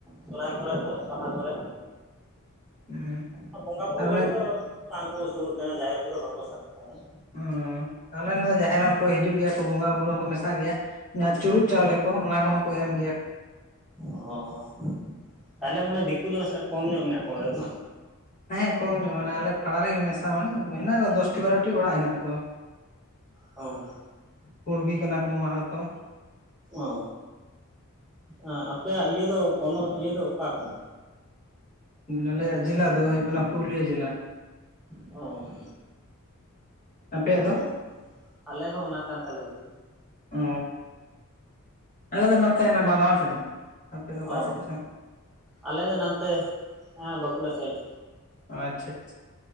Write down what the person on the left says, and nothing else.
ᱦᱩᱸ᱾
ᱟᱨ ᱚᱱᱮ
ᱚᱸ ᱟᱞᱮ ᱱᱚᱰᱮ ᱫᱟ ᱡᱟᱦᱮᱨ ᱦᱚᱸᱠᱚ ᱦᱤᱡᱩᱜ ᱜᱮᱭᱟ ᱠᱚ ᱵᱚᱸᱜᱟ ᱵᱩᱨᱩ ᱠᱚᱨᱮ ᱦᱚᱸᱠᱚ ᱢᱮᱥᱟᱜ ᱜᱮᱭᱟ, ᱡᱟᱦᱟᱸ ᱪᱩᱨᱩᱡ ᱪᱟᱣᱞᱮ ᱠᱚ ᱚᱱᱟ ᱠᱚᱦᱚᱸ ᱠᱚ ᱮᱢ ᱜᱮᱭᱟ᱾
ᱦᱮᱸ ᱠᱚᱢ ᱧᱚᱜ ᱢᱟᱱᱮ ᱟᱞᱮ ᱯᱟᱲᱟ ᱨᱮᱜᱮ ᱢᱮᱥᱟ ᱢᱟᱱᱮ ᱦᱮᱱᱟᱜ ᱠᱚᱣᱟ ᱫᱚᱥᱴᱤ ᱵᱟᱨᱚᱴᱤ ᱚᱲᱟᱜ ᱦᱮᱱᱟᱜ ᱠᱚᱣᱟ᱾ <inaudible>
ᱠᱩᱲᱵᱤ ᱠᱟᱱᱟ ᱠᱚ ᱢᱟᱦᱟᱛᱚ᱾
ᱟᱞᱮᱭᱟᱜ ᱡᱮᱞᱟ ᱫᱚ ᱦᱩᱭᱩᱜ ᱠᱟᱱᱟ ᱯᱩᱨᱩᱞᱤᱭᱟᱹ ᱡᱮᱞᱟ᱾
ᱟᱯᱮᱭᱟᱜ ᱫᱚ
ᱚ᱾ ᱟᱞᱮ ᱫᱚ ᱱᱚᱛᱮ ᱱᱚᱣᱟ ᱵᱟᱸᱫᱷᱣᱟᱱ ᱥᱮᱱ᱾ ᱟᱯᱮ ᱫᱚ ᱚᱠᱟ
ᱥᱮᱫ ᱪᱚᱝ?
ᱟᱪᱪᱷᱟ ᱟᱪᱷᱟ